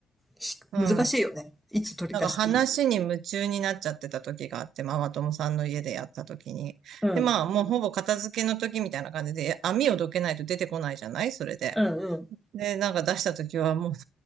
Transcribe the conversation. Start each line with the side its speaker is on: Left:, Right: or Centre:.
Centre: し難しいよね。
Right: うん。
Centre: いつ取り出していい。
Right: なんか話に夢中になっちゃってた時があって、ママ友さんの家でやった時に。
Centre: うん、
Right: で、まあ、もうほぼ片付けの時みたいな感じで、網をどけないと出てこないじゃないそれで。
Centre: うん、うん。
Right: で、なんか出した時はもうなんか